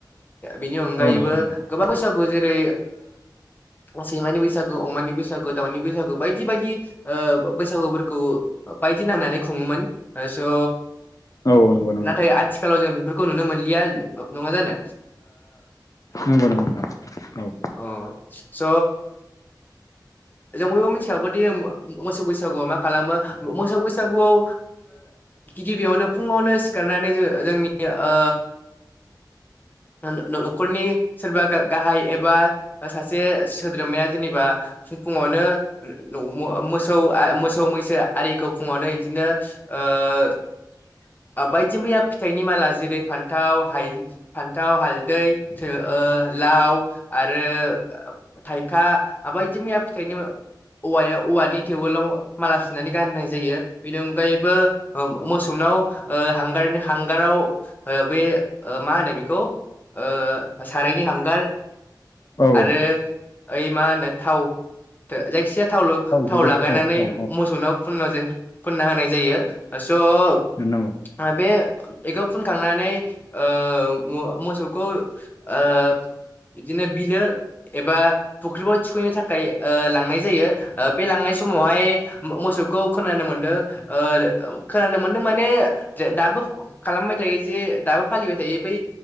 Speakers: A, on the left (about 25°); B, on the left (about 45°).
A: बिनि अनगायैबो
B: औ नंगौ नोंथां
A: गोबां बैसागु जेरै ओ सैमानि बैसागु अमानि बैसागु दाउनि बैसागु बायदि बायदि ओ बैसागुफोरखौ बायदि नांनानै खुङोमोन स
B: औ औ नंगौ नंगौ
A: नाथाय आथिखालाव जों बेफोरखौ नुनो मोनलिया। नङा जानो
B: नंगौ नंगौ नोंथां औ
A: ओ अ स जों बयबो मिथिखागौदि मोसौ बैसागुआव मा खालामो मोसौ बैसागुआव गिबियावनो फुङावनो सिखारनानै जोंनि ओ
B: <inaudible>
A: न'खरनि सोरबा गाहाय एबा सासे सोद्रोमाया जेनेबा फुङावनो मोसौ मोसौ मैसो आरिखौ फुङावनो बिदिनो ओ ओ
B: <inaudible>
A: बायदि मैया फिथाइनि माला जेरै फान्थाव फान्थाव हालदै ओ लाव आरो थाइखा बायदि मैया फिथाइनि औवायाव औवानि टेववेलाव माला सुनानै गाननाय जायो बेनि अनगायैबो मोसौ। नाव ओ हांगारनि हांगाराव बे मा होनो बेखौ ओ सारायनि हांगार
B: औ
A: आरो
B: औ
A: ओइ मा होनो थाव जायखि जाया थाव
B: गुबै
A: लागायनानै
B: औ औ
A: मोसौनाव फुन फुनना होनाय जायो स'
B: नंगौ
A: बे बेखौ फुनखांनानै ओ मोसौखौ ओ बिदिनो बिलो एबा फुख्रिफ्राव थुखैनो थाखाय ओ लांनाय जायो बे लांनाय समावहाय मोसौखौ खोनानो मोनदों ओ खोनानो मोनदों माने दाबो खालामबाय थायो जे दाबो फालिबाय थायो बै